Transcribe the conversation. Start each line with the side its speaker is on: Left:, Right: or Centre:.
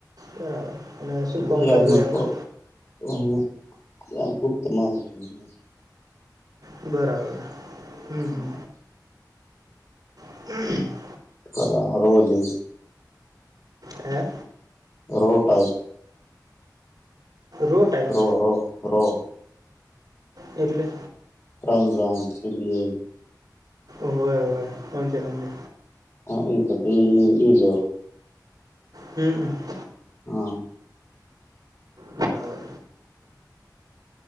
Right: બરાબર અને શું
Left: ગુજરાત
Right: કોમકાજ
Left: માં
Right: હોય એમાં
Left: તો હા ત્યાં ગુપ્ત માહિતી
Right: બરાબર. હમ
Left: શું?
Right: હમ <inaudible>
Left: અલા રોજ એ
Right: હે,
Left: રો ટાઈપ
Right: રો ટાઈપ
Left: રો-રો-રો
Right: એટલે?
Left: રામ રામથી બીયે
Right: ઓવે ઓવે, પણ તે હમજે
Left: હા એ ત પહી ઈ લેવ
Right: હમમ.
Left: હા.
Right: બરાબર